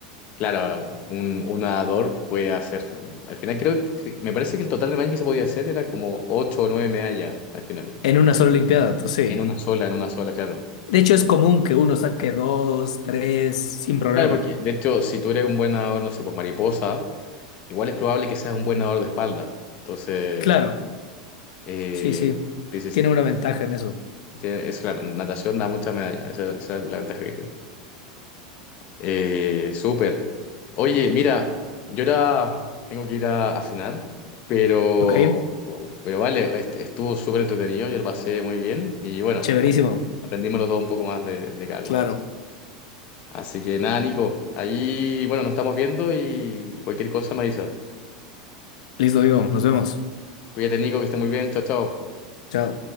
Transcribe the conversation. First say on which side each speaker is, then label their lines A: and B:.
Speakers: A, on the left; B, on the left.
A: Claro, un, un nadador puede hacer. Al final, creo que. Me parece que el total de medallas que se podía hacer eran como 8 o 9 medallas al final.
B: En una sola olimpiada, tú sí.
A: En una sola, en una sola, claro.
B: De hecho, es común que uno saque dos, tres, sin problema.
A: Claro, porque de hecho, si tú eres un buen nadador, no sé, pues mariposa, igual es probable que seas un buen nadador de espalda. Entonces,
B: Claro,
A: eh,
B: sí, sí.
A: sí, sí, sí.
B: Tiene una ventaja en eso.
A: Tiene- Es claro, natación da muchas medallas. Esa, esa es la ventaja que tiene. Eh, súper. Oye, mira, yo ahora tengo que ir a, a cenar, pero,
B: ¿Ok?
A: pero vale, est- estuvo súper entretenido, yo lo pasé muy bien y bueno,
B: Chéverísimo.
A: ahí aprendimos los dos un poco más de, de cada
B: Claro.
A: cosa. Así Así que nada, Nico, ahí, bueno, nos estamos viendo y cualquier cosa me avisa.
B: Listo, digo. Nos vemos.
A: Cuídate, Nico, que esté muy bien, chao, chao.
B: Chao.